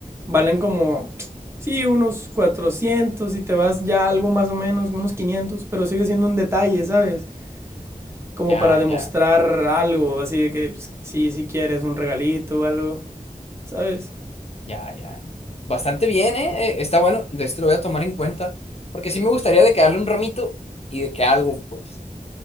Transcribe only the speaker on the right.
valen como, sí, unos 400 y te vas ya algo más o menos, unos 500 pero sigue siendo un detalle, ¿sabes? como
para demostrar
algo, así de que pues, sí, sí quieres un regalito o algo, ¿sabes?